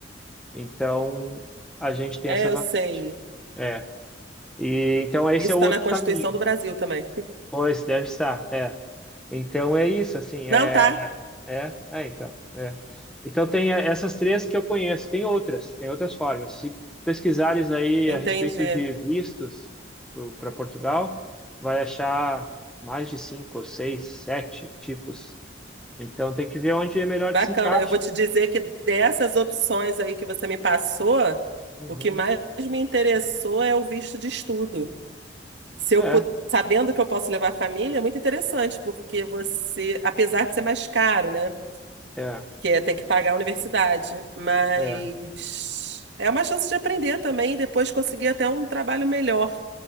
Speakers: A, in the centre; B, on the right.
A: Então a gente tem
B: É,
A: essa vantagem.
B: eu sei.
A: É. E então esse
B: Isso
A: é o
B: está
A: outro
B: na Constituição
A: caminho.
B: do Brasil também.
A: Pois deve estar, é. Então é isso, assim,
B: Não,
A: é,
B: tá.
A: é, é, então, é. Então tem eh, essas três que eu conheço. Tem outras, tem outras formas. Se pesquisares aí
B: Entendi.
A: a respeito de vistos para Portugal, vai achar mais de cinco ou seis, sete tipos. Então tem que ver onde é melhor
B: Bacana.
A: te se encaixa.
B: Eu vou te dizer que dessas opções aí que você me passou,
A: Uhum.
B: o que mais me interessou é o visto de estudo. Se eu
A: É,
B: pu- sabendo que eu posso levar a família, é muito interessante, porque você, apesar de ser mais caro, né?
A: é,
B: Que é, tem que pagar a universidade, mas
A: é,
B: é uma chance de aprender também e depois conseguir até um trabalho melhor